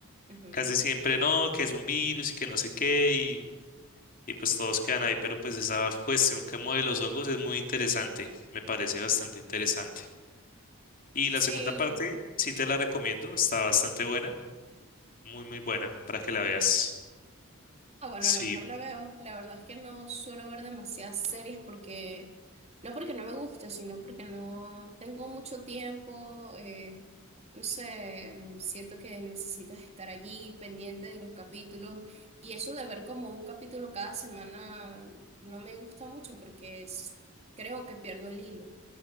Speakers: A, on the right; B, on the left.
A: Ujú.
B: Casi siempre no, que es un virus y que no sé qué y, y pues todos quedan ahí, pero pues esa cuestión que de los hongos es muy interesante, me parece bastante interesante. Y la
A: Sí,
B: segunda parte, sí te la recomiendo, está bastante buena, muy muy buena para que la veas.
A: Ah, bueno,
B: Sí,
A: a lo mejor la veo. La verdad es que no suelo ver demasiadas series porque, no porque no me guste, sino porque no tengo mucho tiempo. eh, no sé, mm, siento que necesitas estar allí pendiente de los capítulos y eso de ver como un capítulo cada semana no me gusta mucho porque es- creo que pierdo el hilo.